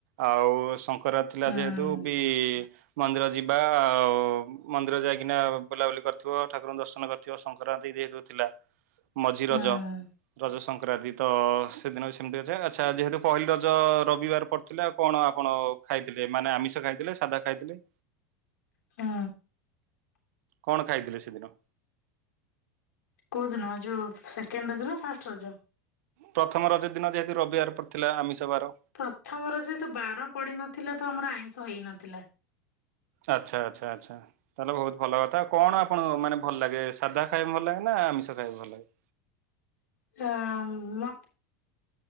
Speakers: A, on the right; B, on the left.
A: ଆଉ ସଙ୍କ ଖରାପ ଥିଲା
B: ହୁଁ
A: ଯେହେତୁ ବି ମନ୍ଦିର ଯିବା ଆଉ ମନ୍ଦିର ଯାଇକିନା ବୁଲାବୁଲି କରିଥିବ ଠାକୁରଙ୍କୁ ଦର୍ଶନ କରିଥିବ ସଂକ୍ରାନ୍ତି ଯେହେତୁ ଥିଲା। ମଝି ରଜ
B: ହୁଁ
A: ରଜ ସଂକ୍ରାନ୍ତି। ତ ସେଦିନ ବି ସେମିତି ଅଛି ଆଚ୍ଛା ଯେହେତୁ ପହିଲି ରଜ ରବିବାର ପଡୁ ଥିଲେ ଆଉ କଣ ଆପଣ ଖାଇଥିଲେ ମାନେ ଆମିଷ ଖାଇଥିଲେ ସାଧା ଖାଇଥିଲେ?
B: ହୁଁ।
A: କଣ ଖାଇଥିଲେ ସେଦିନ?
B: କୋଉଦିନ ଯୋଉ ସେକେଣ୍ଡ ରଜ ନା ଫାଷ୍ଟ ରଜ?
A: ପ୍ରଥମ ରଜ ଦିନ ଯେହେତୁ ରବିବାର ପଡିଥିଲା ଆମିଷ ବାର।
B: ପ୍ରଥମ ରଜରେ ତ ବାର ପଡି ନଥିଲା ତ ଆମର ଆଇଁଷ ହେଇନଥିଲା।
A: ଆଚ୍ଛା ଆଚ୍ଛା ଆଚ୍ଛା ଆଚ୍ଛା। ତାହେଲେ ବୋହୁତ ଭଲ କଥା କଣ ଆପଣଙ୍କୁ ମାନେ ଭଲ ଲାଗେ ସାଧା ଖାଇବାକୁ ଭଲ ଲାଗେ ନା ଆମିଷ ଖାଇବାକୁ ଭଲ ଲାଗେ?
B: ହଁ ମତେ